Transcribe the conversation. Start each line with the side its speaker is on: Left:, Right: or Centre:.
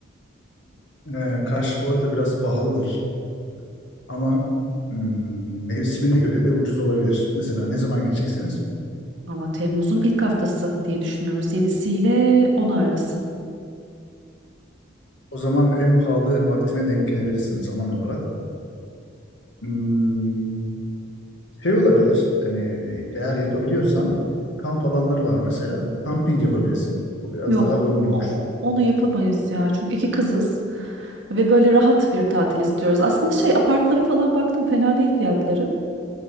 Left: Ee, Kaş bu arada biraz pahalıdır ama hmm, mevsimine göre de ucuz olabilir. Mesela ne zaman gideceksiniz?
Right: Ama Temmuz'un ilk haftası diye düşünüyoruz. 7'si ile 10'u arası.
Left: O zaman en pahalı vaktine denk gelebilirsiniz zaman olarak. Hmm, şey olabilir, yani eğer yapabiliyorsan kamp alanları var mesela. Kamping yapabilirsin. O biraz
Right: Yok
Left: daha uygun olur.
Right: o- onu yapamayız ya. Çünkü iki kızız ve böyle rahat bir tatil istiyoruz. Aslında şey apartlara falan baktım fena değil fiyatları.